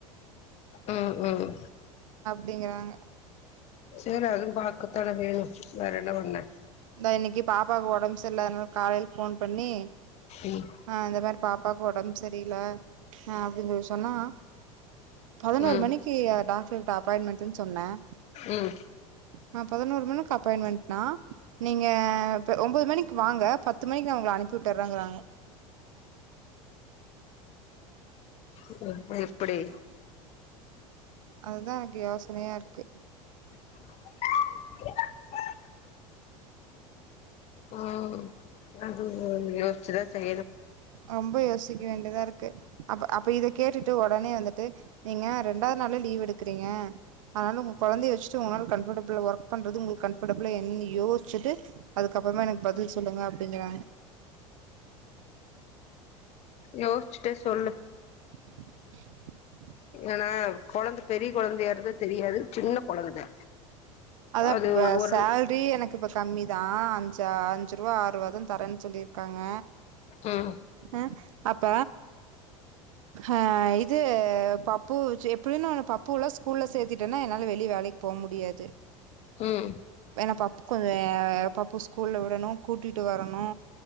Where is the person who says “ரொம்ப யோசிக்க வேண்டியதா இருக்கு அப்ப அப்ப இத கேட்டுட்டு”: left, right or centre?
Right